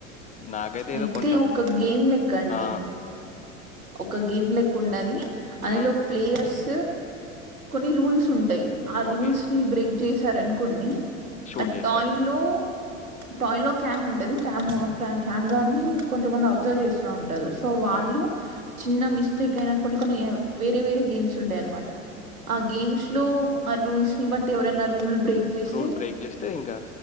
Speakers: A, on the left; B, on the right.
A: నాకైతే
B: అయితే
A: ఏదో కొంచెం
B: ఒక గేమ్ లెక్క అండి
A: ఆ!
B: ఒక గేమ్ లెకు ఉండది అందులో
A: హ్మ్.
B: ప్లేయర్స్ కొన్ని రూల్స్ ఉంటాయి ఆ
A: ఓకే.
B: రూల్స్ ని బ్రేక్ చేసి ఇస్తార్ అనుకోండి
A: షూట్
B: ఆ
A: జేస్తారు.
B: టాయ్ లో టాయ్ లో క్యామ్ ఉంటంది క్యామ్ కెమెరాని కొంతమంది అబ్జర్వ్ చేస్తూ ఉంటంది సో వాళ్ళు
A: అవును.
B: చిన్న మిస్టేక్ అయినా కొన్ని కొన్ని వేరే వేరే గేమ్స్ ఉంటాయి అనమాట ఆ గేమ్స్ లో ఆ రూల్స్ బట్టి ఎవరేనా రూల్ బ్రేక్ చేస్తే
A: రూల్ బ్రేక్ జేస్తే ఇంకా